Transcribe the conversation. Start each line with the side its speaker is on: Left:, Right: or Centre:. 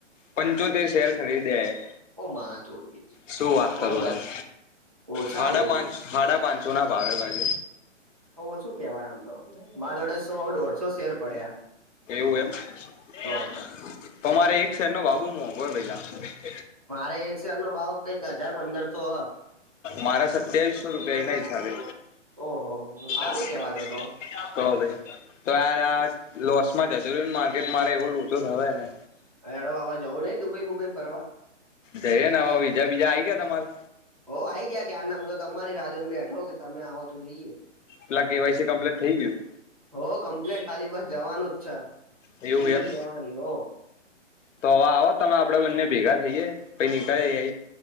Left: પંચોતેર શેર ખરીદ્યા એ
Right: ઓ મા જોડી
Left: શું વાત
Right: બઉ
Left: કરું યાર
Right: જ ઓછા
Left: સાડા
Right: બઉ
Left: પાંચ સાડા પાંચસો ના ભાવે ભજ
Right: ઓછું કેવાય આમ તો માર જોડે સો દોઢસો શેર પડ્યા.
Left: ઓય <unintelligible>
Right: તો
Left: તો મારે એક શેર નો બાબુ મોઘો હે ભએલા
Right: મારે એક શેર નો ભાવ કંઈક હજાર પંદરસો હ
Left: મારા સત્યાવીસસો રૂપિયા એ ના હિસાબે
Right: ઓહો હારું
Left: <inaudible>
Right: કેવાતો તો
Left: તો ભાઈ તો યાર આ લોસ માં જતો રહયોને માર્કેટ મારે એવો લોચો થયો હે ને
Right: હેડોં હવ જવું નહિ દુબઈ બુબઈ ફરવા
Left: જઈએ ને હવે બીજા બીજા આવી ગયા તમારે
Right: હો આ આવી ગયા કેયાર મુ તો તમારી રાહ જોઈન બેઠો કે તમે આવો તો જઈએ.
Left: પેલા કેવાયસી ક્મલિટ થઈ ગયું.
Right: હો કમ્પ્લેટ ખાલી બસ જવાનું જ છે.
Left: એવું
Right: ટિકિટ
Left: એમ
Right: લેવાની હો
Left: તો હવે આવો તમે આપડે બંને ભેગા થઈએે પહિ નીકળી એ